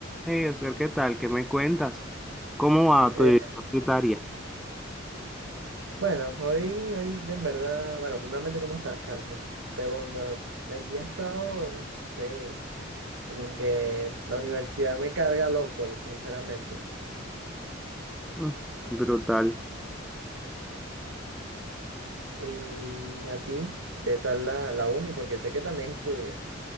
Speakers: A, in the centre; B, on the right (about 75°).
A: Hey, Oscar, ¿qué tal? ¿Qué me cuentas? ¿Cómo va
B: Eh,
A: tu vida universitaria?
B: bueno, hoy, hoy de en verdad, bueno, primeramente, ¿cómo estás, Carlos? <laughs> Segundo, el día ha estado, no sé, como que la universidad me carga loco, sinceramente.
A: Mm, Brutal.
B: ¿Y a ti? ¿Qué tal la, la uni? Porque sé que también estudias.